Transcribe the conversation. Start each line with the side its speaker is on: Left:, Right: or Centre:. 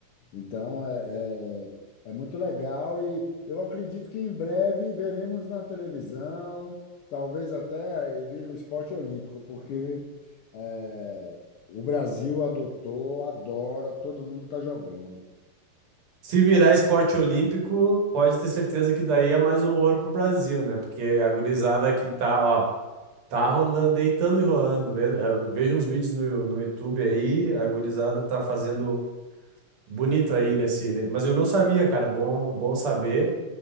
Left: Então, é, é, é muito legal e eu acredito que em breve veremos na televisão, talvez até vire um esporte olímpico, porque é, o Brasil adotou, adora, todo mundo está jogando.
Right: Se virar esporte olímpico, pode ter certeza que daí é mais um ouro pro Brasil, né? Porque a gurizada aqui tá, ó, tá rolando, deitando e rolando. Ve- eh, Veja uns vídeos no, no YouTube aí, a gurizada tá fazendo bonito aí nesse, né? Mas eu não sabia, cara. Bom, bom saber